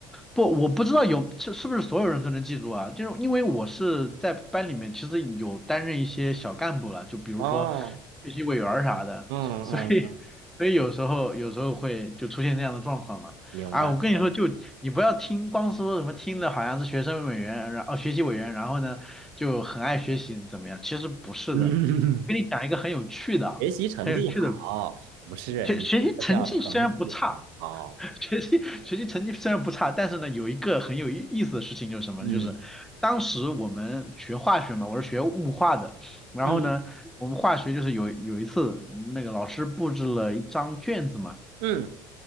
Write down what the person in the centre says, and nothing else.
不我不知道有是是不是所有人都能记住啊？就是因为我是在班里面其实有担任一些小干部了，就比如说
学习委员儿啥的，
所以所以有时候有时候会就出现这样的状况嘛。
啊，我跟你说，就你不要听光说什么听的好像是学生委员，然后哦学习委员，然后呢就很爱学习怎么样？其实不是的，
我跟你讲一个很有趣的啊，
很有趣的。
学学习成绩虽然不差，学习学习成绩虽然不差，但是呢，有一个很有意意思的事情就是什么呢？
就是当时我们学化学嘛，我是学物化的，然后呢，
我们化学就是有有一次那个老师布置了一张卷子嘛，